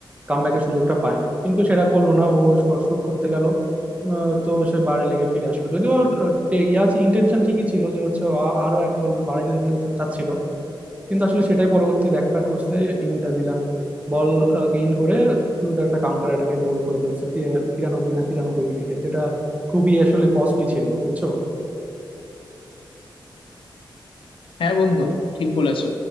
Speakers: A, on the right; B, on the left.
A: কামব্যাকের সুযোগটা পায় না কিন্তু সেটা করলো না ও শুট করতে গেল আহ, তো সে বারে লেগে ফিরে আসলো যদিও ওর আহ, টে- ইয়া ইন্টেনশন ঠিকই ছিল যে হচ্ছে ও আ- আরো এক গোল বাড়াইতে তিনি চাচ্ছিল কিন্তু আসলে সেটাই পরবর্তী ব্যাকফায়ার করছে ইন্টার মিলান বল গেইন করে দ্রুত একটা কাউন্টার অ্যাটাকে গোল করে ফেলছে তি- বিরানব্বই না তিরানব্বই মিনিটে যেটা খুবই আসলে কস্টলি ছিল বুঝছো
B: হ্যাঁ বন্ধু ঠিক বলেছো